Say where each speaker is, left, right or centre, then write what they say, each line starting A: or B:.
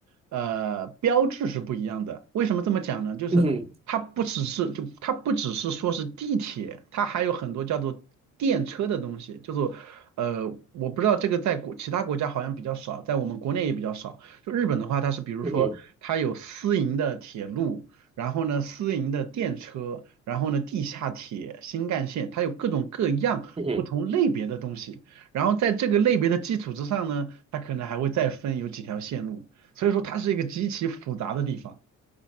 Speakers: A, on the right; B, on the right.
A: 呃标志是不一样的。为什么这么讲呢？就是它不只是就它不只是说是地铁，
B: 嗯哼，
A: 它还有很多叫做电车的东西，叫做呃，我不知道这个在国其他国家好像比较少，在我们国内也比较少。就日本的话，它是比如说它有私营的铁路，
B: 嗯哼，
A: 然后呢私营的电车，然后呢地下铁、新干线，它有各种各样不同类别的东西。
B: 嗯哼，
A: 然后在这个类别的基础之上呢，它可能还会再分有几条线路，所以说它是一个极其复杂的地方。